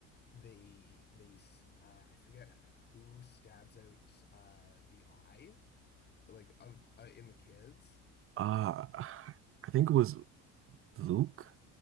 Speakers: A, on the left; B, on the right.
A: they they s- uh, I forget who stabs out uh, the eye, like of uh, in the kids,
B: Uh I think it was Luke.